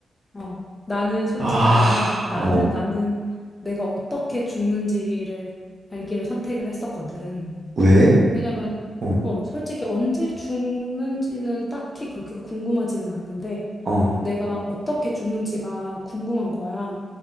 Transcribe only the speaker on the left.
어. 나는 솔직히
말하면 나는
나는 내가 어떻게 죽는지를 알기를 선택을 했었거든.
왜냐면
어, 솔직히 언제 죽는지는 딱히 그렇게 궁금하지는 않는데
내가 어떻게 죽는지가 궁금한 거야.